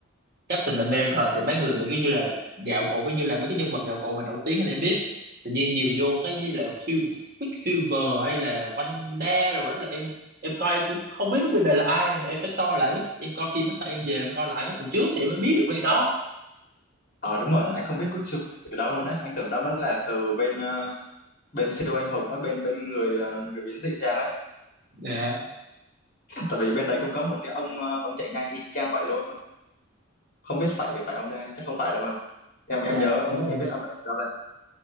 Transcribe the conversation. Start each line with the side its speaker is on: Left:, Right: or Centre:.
Right: Captain America thì mấy người mà kiểu như là gạo cội kiểu như là mấy cái nhân vật gạo cội mà nổi tiếng thì em biết tự nhiên nhiều vô cái như là Quick- Quicksilver hay là Wanda rồi đó là em em coi em cũng không biết mấy người này là ai mà em phải coi lại mấy- em coi phim đó sau em về em coi lại mấy phần trước thì em mới biết được mấy cái đó,
Left: Ờ đúng
Right: đó.
Left: rồi, anh không biết Quicksilver từ đâu luôn á. Anh tưởng đâu nó là từ bên ờ, bên siêu anh hùng ở bên bên người ờ, người biến dị sang á
Right: dạ
Left: tại vì bên đấy cũng có một cái ông ờ, ông chạy nhanh y chang vậy luôn không biết phải phải ông ta chắc không phải đâu mà em em
Right: dạ
Left: nhớ ông
Right: em nói
Left: em biết ông ấy ở đâu đấy